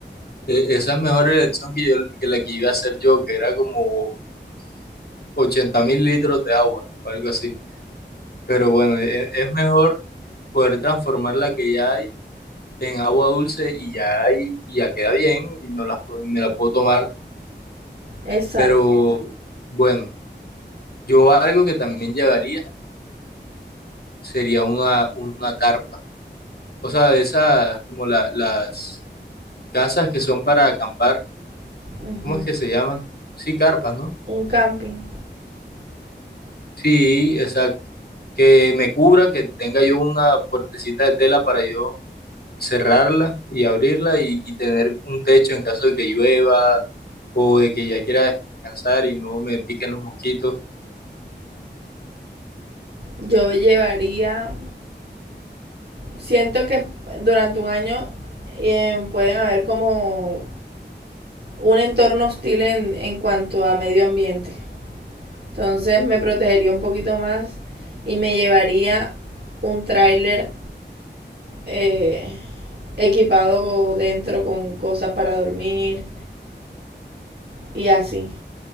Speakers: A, on the left; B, on the right.
A: Eh, Esa es mejor elección que yo, que la que iba a hacer yo, que era como ochenta mil litros de agua o algo así. Pero bueno, e- es, mejor poder transformar la que ya hay en agua dulce y ya hay, y ya queda bien y no la, me la puedo tomar.
B: Exacto.
A: Pero bueno, yo algo que también llevaría sería una, una carpa. O sea, de esas como la- las casas que son para acampar,
B: Ujú.
A: ¿cómo es que se llaman? Sí, carpas, ¿no?
B: un camping.
A: Sí, exacto. Que me cubra, que tenga yo una puertecita de tela para yo cerrarla y abrirla y, y tener un techo en caso de que llueva o de que ya quiera descansar y no me piquen los mosquitos.
B: Yo llevaría, siento que durante un año eh, pueden haber como un entorno hostil en, en cuanto a medio ambiente. Entonces me protegería un poquito más y me llevaría un tráiler eh, equipado dentro con cosas para dormir y así.